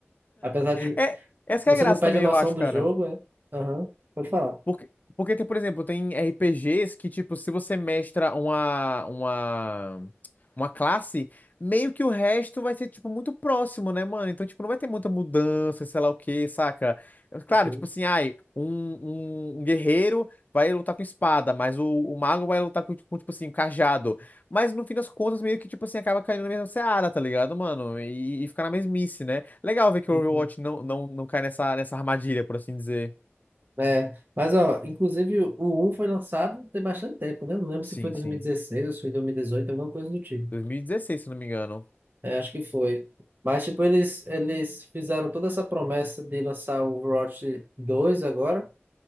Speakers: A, on the right; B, on the left.
A: Apesar de
B: É, essa
A: você
B: que é a graça
A: não perde
B: também,
A: a noção
B: eu acho,
A: do
B: cara.
A: jogo, é. Aham, pode falar.
B: Porque, porque tem, por exemplo, tem RPGs que, tipo, se você mestra uma, uma, uma classe, meio que o resto vai ser, tipo, muito próximo, né, mano? Então, tipo, não vai ter muita mudança, sei lá o quê, saca? Claro,
A: Uhum,
B: tipo assim, ai, um, um, um guerreiro vai lutar com espada, mas o, o mago vai lutar com, com, tipo assim, um cajado. Mas no fim das contas, meio que, tipo assim, acaba caindo na mesma seara, tá ligado, mano? E, e fica na mesmice, né? Legal ver que
A: uhum.
B: o Overwatch não, não, não cai nessa, nessa armadilha, por assim dizer.
A: É, mas ó, inclusive o um foi lançado tem bastante tempo, né? Não lembro
B: Sim,
A: se foi 2016
B: sim.
A: ou se foi 2018, alguma coisa do tipo.
B: 2016, se não me engano.
A: É, acho que foi. Mas, tipo, eles, eles fizeram toda essa promessa de lançar o Overwatch dois agora,